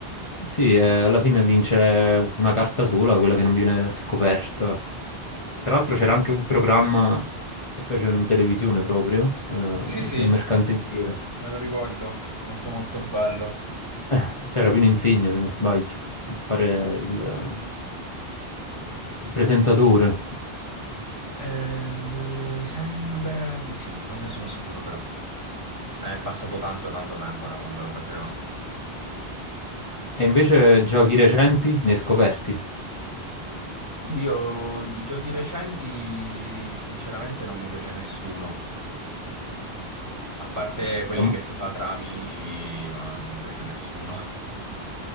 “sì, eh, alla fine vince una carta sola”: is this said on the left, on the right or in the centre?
Left